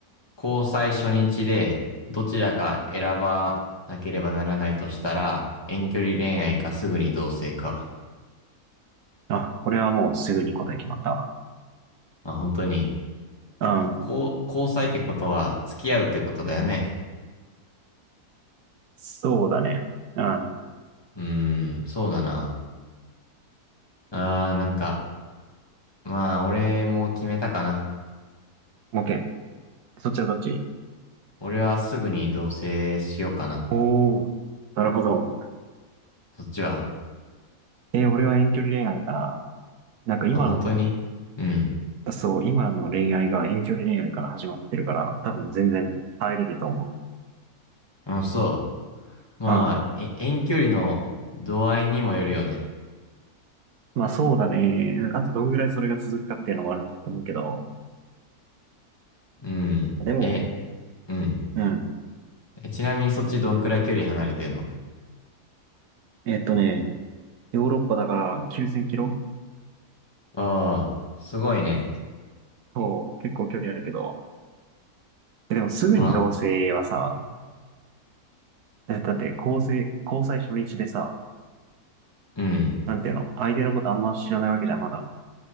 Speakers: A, on the left (about 15°); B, on the right (about 80°).
A: 交際初日でどちらか選ばなければならないとしたら、遠距離恋愛かすぐに同棲か。
B: あ、これはもうすぐに答え決まった
A: まあ本当に、
B: わ。うん。
A: 交、交際ってことは付き合うってことだよね。
B: そうだね。うん。
A: うーん、そうだな。あー、なんか、まあ俺も決めたかな。
B: OK。そっちはどっち
A: 俺はすぐに同棲しようかな。
B: おおー。なるほど。
A: そっちは
B: えー俺は遠距離恋愛かな。なんか今の、
A: まあ、本当にうん。
B: そう、今の恋愛が遠距離恋愛から始まってるから、多分全然耐えれると思
A: うん、そう。まあ、
B: う。うん。
A: え、遠距離の度合いにもよるよね。
B: まあそうだね。あとどんぐらいそれが続くかっていうのもあると思うけど。
A: うん。
B: でも、
A: え、うん。
B: うん。
A: え、ちなみにそっちどんくらい距離離れてんの
B: えっとね、ヨーロッパだから9000キロ
A: ああ、すごいね。
B: そう、結構距離あるけど。でもすぐに同棲はさ、
A: まあ、
B: だだって交際、交際初日でさ、
A: うん。
B: なんていうの、相手のことあんま知らないわけじゃん、まだ。